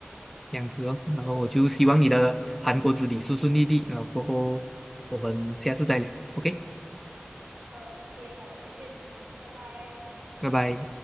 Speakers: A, in the centre; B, on the right (about 60°).
A: 这样子哦，然后我就希望你的韩国之旅顺顺利利，然后过后我们下次再聊，OK，
B: 好，OK，好，谢谢你，拜拜。
A: 拜拜。